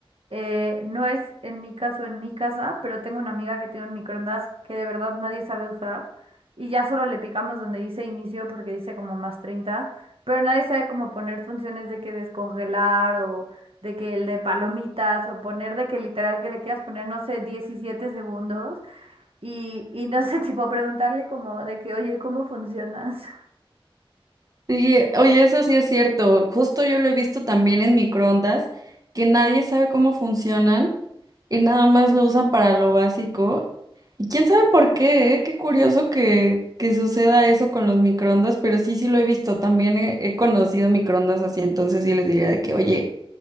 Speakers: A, on the right (about 75°); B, on the right (about 40°).
A: eh, no es en mi caso en mi casa, pero tengo una amiga que tiene un microondas que de verdad nadie sabe usar y ya solo le picamos donde dice inicio porque dice como más treinta pero nadie sabe cómo poner funciones de que descongelar o de que el de palomitas o poner de que literal que le quieras poner, no sé, 17 segundos y, y no sé, <laughs> tipo preguntarle como de que, oye, ¿cómo funcionas?
B: Sí, oye, eso sí es cierto. Justo yo lo he visto también en microondas, que nadie sabe cómo funcionan y nada más lo usan para lo básico. Y quién sabe por qué, ¿eh? Qué curioso que, que suceda eso con los microondas, pero sí, sí lo he visto. También he, he conocido microondas así, entonces sí les diría de que, oye,